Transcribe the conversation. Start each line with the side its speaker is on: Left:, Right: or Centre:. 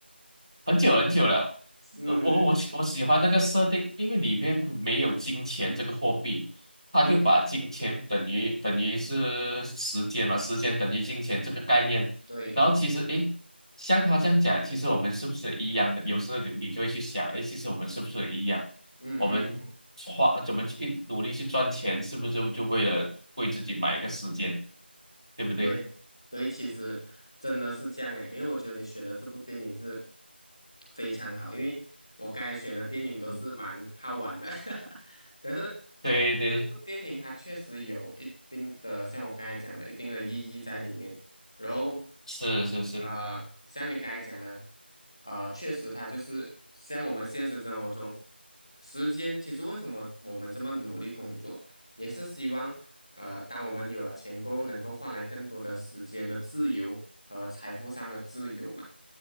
Right: 很久很久了。
Centre: <laughs> 是，
Right: 呃，我我喜我喜欢那个设定，因为里面没有金钱这个货币，它就把金钱等于等于是时间嘛，
Centre: 嗯，
Right: 时间等于金钱这个概念。
Centre: 对，
Right: 然后其实诶，像他这样讲，其实我们是不是一样的？有时候你你就会去想，诶，其实我们是不是一样？
Centre: 嗯嗯。
Right: 我们花怎么去努力去赚钱，是不是就就为了为自己买一个时间，对不对？
Centre: 对，所以其实真的是这样诶，因为我觉得你选的这部电影是非常好，因为我刚才选的电影都是蛮好玩的，
Right: 嗯
Centre: <laughs> 可是
Right: 对对，
Centre: 这部电影它确实有一定的，
Right: 对
Centre: 像我刚才讲的，一定的意义在里面。然后，
Right: 是是是，
Centre: 呃，像你刚才讲的，呃，确实它就是像我们现实生活中，时间其实为什么我们这么努力工作？也是希望呃，当我们有了钱够，能够换来更多的时间的自由和财富上的自由嘛。